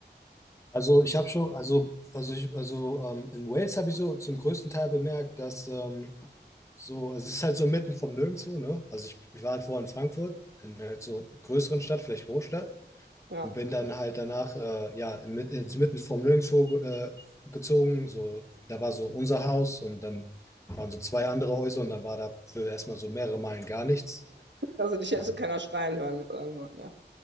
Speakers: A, on the left; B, on the right.
A: Also ich habe schon, also, also ich, also ähm, in Wales habe ich so zum größten Teil bemerkt, dass ähm, so, es ist halt so mitten vom Nirgendwo, ne? Also ich, ich war halt vorher in Frankfurt, in halt so größeren Stadt, vielleicht Großstadt,
B: Ja,
A: und bin dann halt danach, äh, ja, mit, ins mitten vom Nirgendwo äh, gezogen. So, da war so unser Haus und dann waren so zwei andere Häuser und dann war da für erstmal so mehrere Meilen gar nichts.
B: also dich hätte
A: Ähm,
B: keiner schreien hören mit anderen Worten, ja.